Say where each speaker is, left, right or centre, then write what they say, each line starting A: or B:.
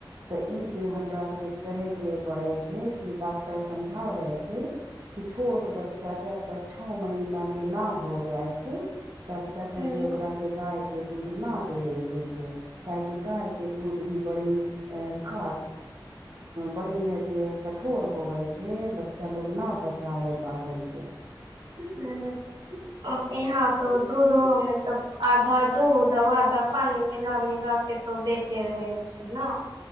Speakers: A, on the right; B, on the right.
A: तऽ ई से हमरा के कहे के पड़ेय छै कि डॉक्टर समझाबै छैय कि छोट बच्चा जब तक छओ महीना के ना हो जाए छैय तब तक है
B: हूं
A: जे ओकरा के गाय के दूध ना देबै के छैय काहेकि गाय के दूध भी बड़ी ऐय खाट बड़ी हे जे कठोर होवे छै बच्च लोग न पचाबे पाबै छै
B: हँआ यहाँ तऽ दूधो आधा दूध वा आध पानी मिला मिला के तो बेचे रहै छै ने